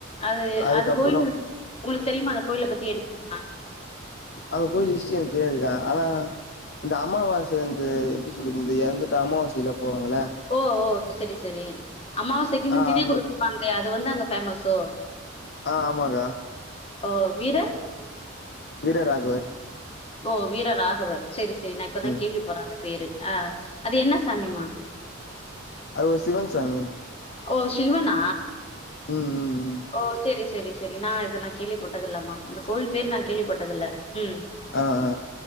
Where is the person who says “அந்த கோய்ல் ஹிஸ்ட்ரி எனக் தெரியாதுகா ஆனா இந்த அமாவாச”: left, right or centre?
Left